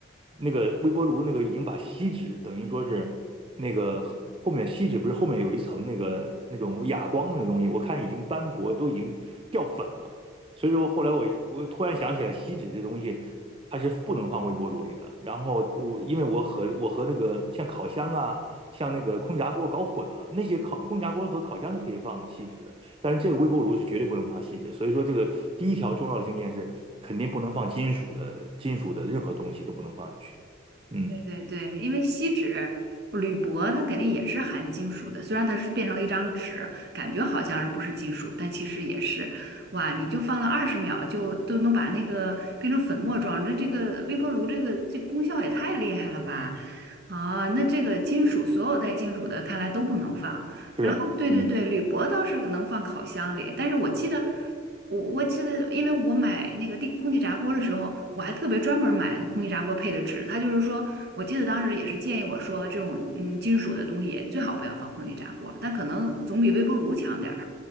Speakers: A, on the right (about 25°); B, on the right (about 50°).
A: 那个微波炉那个已经把锡纸等于说是那个后面锡纸不是后面有一层那个那种哑光那个东西，我看已经斑驳，都已经掉粉了。所以说后来我我突然想起来，锡纸这东西它是不能放微波炉里的。然后我因为我和我和那个像烤箱啊，像那个空气炸锅搞混了，那些烤空气炸锅和烤箱是可以放锡纸的。但是这个微波炉是绝对不能放锡纸，所以说这个第一条重要的经验是肯定不能放金属的，金属的任何东西都不能放进去。嗯，
B: 对对对，因为锡纸、铝箔它肯定也是含金属的，虽然它是变成了一张纸，感觉好像是不是金属，但其实也是。哇，你就放了二十秒就都能把那个变成粉末状，这这个微波炉这个这功效也太厉害了吧！啊，那这个金属所有带金属的看来都不能放。
A: 是啊，
B: 然后对对对，
A: 嗯
B: 铝箔倒是能放烤箱里，但是我记得。我我记得，因为我买那个电空气炸锅的时候，我还特别专门买那空气炸锅配的纸。它就是说，我记得当时也是建议我说，这种嗯金属的东西也最好不要放空气炸锅，但可能总比微波炉强点儿。